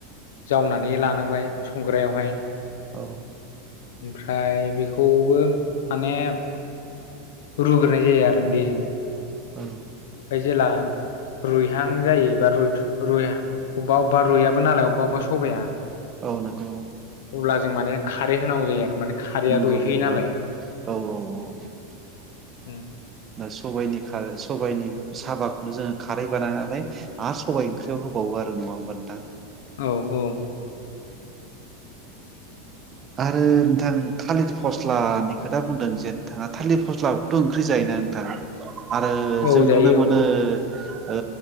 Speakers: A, on the left; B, on the right.
A: जावनानै लानांबाय संग्रायावहाय
B: औ
A: ओमफ्राय बेखौबो माने रुग्रोनाय जायो आरो दैजोंनो
B: औ
A: जेला रुइहां जायो एबा रुइइ अबेबा अबेबा रुइयाबो नालाय अबेबा अबेबा सबाइाया
B: औ नांगौ औ
A: अब्ला जों माने खारै होनांगौ जायो आरो माने खारैया
B: नंगौ
A: रुइहोयो
B: नंगौ
A: नालाय
B: औ औ औ
A: ओम
B: दा सबायनि खार सबायइनि साबाखौनो जोङो खारै बानायनानै आरो सबाय ओंख्रियाव होबावो आरो नङा होनोमब्लानो दा
A: औ औ
B: आरो नोंथां थालिर फस्लानि खोथा बुंदों जे नोंथाङा थालिर फस्लाखौथ' ओंख्रि जायोना नोंथाङा आरो
A: औ
B: जों
A: जायो
B: नुनो मोनो ओ